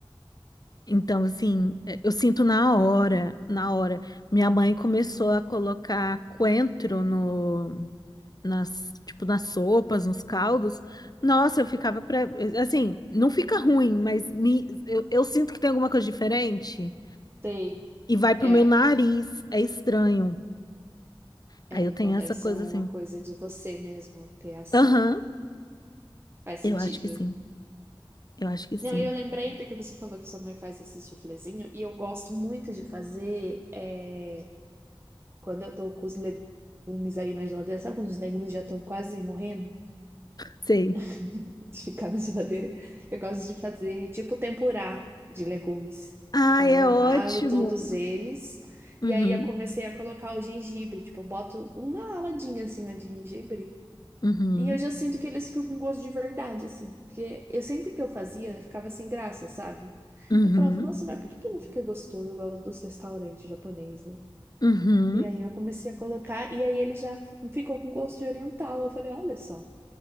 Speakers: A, on the left; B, on the right.
A: Então, assim, é, eu sinto na hora, na hora. Minha mãe começou a colocar coentro no, nas, tipo, nas sopas, nos caldos. Nossa, eu ficava pra, assim, não fica ruim, mas me, eu, eu sinto que tem alguma coisa diferente
B: Sei.
A: e vai pro
B: É,
A: meu nariz. É estranho. Aí
B: é, então
A: eu tenho
B: deve
A: essa
B: ser
A: coisa
B: uma
A: assim.
B: coisa de você mesmo ter essa.
A: Aham,
B: Faz
A: eu
B: sentido.
A: acho que sim. Eu acho que sim.
B: Não, e eu lembrei porque você falou que sua mãe faz esse suflezinho, e eu gosto muito de fazer é, quando eu tô com os legumes aí na geladeira, sabe quando os legumes já estão quase morrendo?
A: Sei.
B: <laughs> de ficar na geladeira. Eu gosto de fazer tipo tempurá de legumes.
A: Ai,
B: Então
A: é
B: eu
A: ótimo.
B: ralo todos eles
A: Uhum,
B: e aí eu comecei a colocar o gengibre, tipo, eu boto uma aladinha assim ó, de gengibre.
A: uhum,
B: E hoje eu sinto que eles ficam com gosto de verdade, assim. Porque eu sempre que eu fazia, eu ficava sem graça, sabe?
A: uhum,
B: Eu falava, nossa, mas por que que não fica gostoso igual dos restaurantes japonês, né?
A: uhum,
B: E aí eu comecei a colocar, e aí ele já fi- ficou com gosto de oriental. Eu falei, olha só